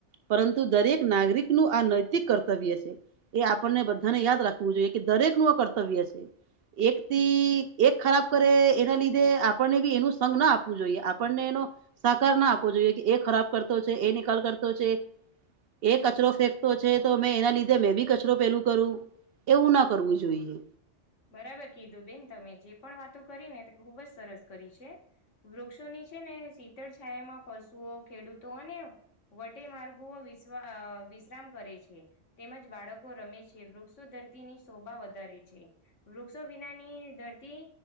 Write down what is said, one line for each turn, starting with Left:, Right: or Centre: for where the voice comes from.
Right: પરંતુ દરેક નાગરિક નું આ નૈતિક કર્તવ્ય છે એ આપણને બધાને યાદ રાખવું જોઈએ કે દરેક નું આ કર્તવ્ય છે એકથી એક ખરાબ કરે એના લીધે આપણને બી એનું સઘ ના આપવું જોઈએ આપણને એનો સાકાર ના આપવો જોઈએ કે એ ખરાબ કરતો છે એ નિકાલ કરતો છે. એ કચરો ફેંકતો છે તો મેં એના લીધે મેં બી કચરો પેલું કરું એવું ન કરવું જોઈએ
Left: બરાબર કીધું બેન તમે જે પણ વાતો કરી ને તે ખુબ જ સરસ કરી છે. વૃક્ષોની છે ને શીતળ છાયામાં પશુઓ ખેડૂતો અને વટે માર્ગો વિસ વિશ્રામ કરે છે. તેમજ બાળકો રમે છે વૃક્ષો ધરતીની શોભા વધારે છે. વૃક્ષો વિનાની ધરતી